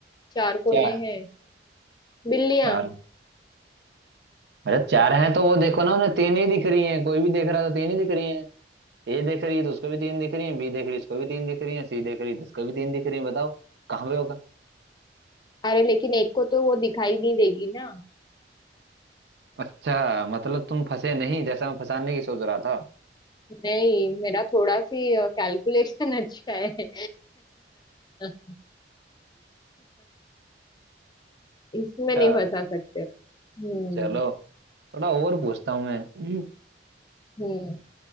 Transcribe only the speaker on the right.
चार
चार अच्छा चार हैं तो वो देखो ना उन्हें तीन ही दिख रही हैं कोई भी देख रहा है तो तीन ही दिख रही हैं ए देख रही है तो उसको भी तीन दिख रही हैं बी देख रही है तो उसको भी तीन दिख रही हैं सी देख रही है तो उसको भी तीन दिख रही हैं बताओ कहाँ पे होगा
अच्छा मतलब तुम फंसे नहीं जैसा मैं फंसाने की सोच रहा था
अच्छा
चलो थोड़ा और पूछता हूँ मैं हम्म,